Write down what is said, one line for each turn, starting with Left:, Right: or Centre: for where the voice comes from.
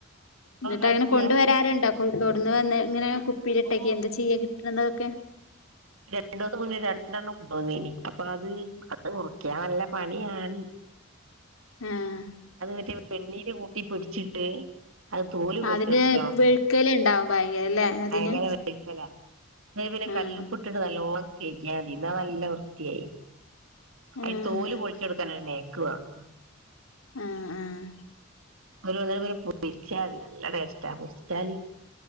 Left: ന്നിട്ട്
Right: കളിക്കുക
Left: അങ്ങനെകൊണ്ട് വരാറ്ണ്ടോ കൊതൊട്ന്ന് വന്നേ ഇങ്ങനെകുപ്പിലിട്ടക്കേ
Right: ഓ
Left: എന്താചെയ്യാ കിട്ടണതൊക്കെ
Right: രണ്ടോസം മുന്നേ രണ്ടെണ്ണം കൊണ്ടോന്നീനി അപ്പഅത് അത് മുറിക്ക്യാൻനല്ലപണിയാണ്
Left: ആഹ്
Right: അത് വെച്ച് വെണ്ണീര്കൂട്ടി പ്ട്ച്ചിട്ട് അഹ് തോല് പൊൾച്ചെടുക്കണം
Left: അതിന് വെഴുക്കലുണ്ടാവും ഭയങ്കര ല്ലേ അതിന്
Right: അയങ്ങനെ വഴ്ക്കല ദേപിന്നേ
Left: ആഹ്
Right: കല്ലുപ്പ് ട്ട്ട്ട് നല്ലോണം കെയ്ഗ്യതി ന്നാ നല്ലവൃത്തിയായി അയ്തോല്
Left: ആഹ്
Right: പൊൾച്ചെടുക്കാനര് നേക്ക് വാണം
Left: ആഹ് ആഹ്
Right: ഒര്ഒന്നരപൊര പൊരിച്ചാല്നല്ലടെസ്റ്റാ പൊരിച്ചാല്